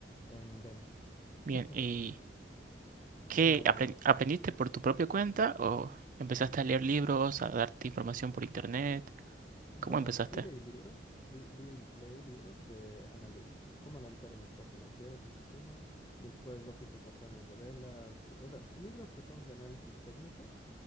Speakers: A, on the left (about 25°); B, on the right (about 50°).
A: en demos. <laughs>
B: Bien, y... ¿Qué
A: Nada, bueno,
B: apren- aprendiste por tu propia cuenta o empezaste a leer libros, a darte información por internet?
A: bueno,
B: ¿Cómo empezaste?
A: sí leí libros, vi- li- leí libros de anali- cómo analizar el mercado financiero, creo que es uno, después lógica y patrones de velas, y- o sea, libros que son de análisis técnico